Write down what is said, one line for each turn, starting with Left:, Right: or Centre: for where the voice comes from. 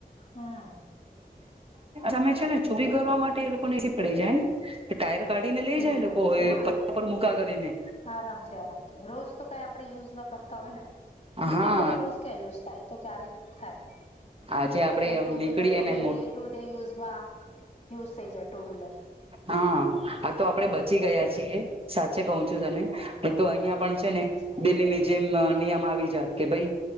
Left: હમ
Right: તમે છે ને <unintelligible> ઊભી કરવા માટે એ લોકો ઈજી પડી જાય ને. ટાયર કાઢીને લઈ
Left: એઝી
Right: જાય લોકો
Left: પડે છે
Right: એ
Left: હા
Right: પત્તા પર મુૂકા કરીને.
Left: આરામથી આરામથી રોજ તો કાઈ આપણે યુઝ ના કરતા હોય ને મોટી
Right: હા
Left: ગાડી રોજ ક્યાં યુઝ તઈ તો ક્યારેક થાય
Right: આજે આપડે
Left: કેમ ટુ
Right: નીકળીએ
Left: વ્હીલર તો
Right: ને
Left: બી
Right: મો
Left: ડેટ ટુ ડે યુઝ માં યુઝ થઈ જાય ટુ વ્હીલર
Right: હા આ તો આપડે બચી ગયા છીએ સાચે કહું છું. તો તને
Left: હા
Right: નઈ તો અહિયાં પણ છે ને
Left: સાચી વાત
Right: દિલ્હી જેમ અ નિયમ આવી જાત કે અ ભાઈ